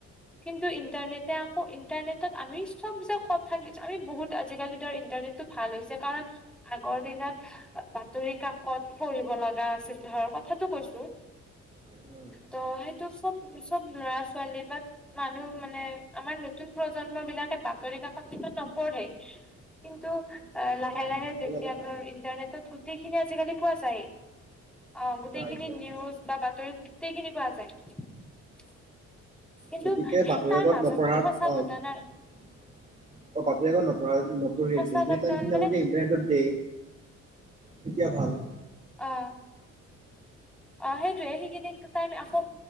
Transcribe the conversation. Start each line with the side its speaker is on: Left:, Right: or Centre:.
Centre: কিন্তু ইণ্টাৰনেটে আকৌ ইণ্টাৰনেটত আমি <unintelligible> আজিকালি ধৰ ইন্টাৰনেটতটো ভাল হৈছে কাৰণ আগৰ দিনত বাতৰি কাকত পঢ়িব ল। আ আছিল ধৰ কথাতটো কৈছো।
Right: উম,
Centre: ত' সেইটো চব চব ল'ৰা ছোৱালী বা মানুহ মানে আমাৰ নতুন। প্ৰজন্ম বিলাকে বাতৰি কাকত ইমান নপঢ়ে। কিন্তু অ লাহে
Right: নাই
Centre: লাহে
Right: নাই সেই
Centre: যেতিয়া
Right: লগত
Centre: ধৰ
Right: নাই
Centre: ইণ্টাৰনেটত গোটেইখিনি আজিকালি পোৱা যায়। অহ গোটেইখিনি
Right: যায় যায়
Centre: নিউজ বা বাতৰি গোটেইখিনি পোৱা যায়। কিন্তু
Right: গতিকে বাতৰিাকত
Centre: তাৰ মাজতো
Right: নপঢ়াত
Centre: সঁচা
Right: অহ
Centre: ঘটনাৰ
Right: বাতৰি-কাকত নপঢ়া নপঢ়ি
Centre: সঁচা
Right: আছে।
Centre: ঘটনা
Right: সেই টাইি আকৌ
Centre: মানে
Right: যে ইণ্টাৰনেটত দে তেতিয়া ভাল।
Centre: আহ। অ সেইটোৱে। সেইখিনি টাইম আকৌ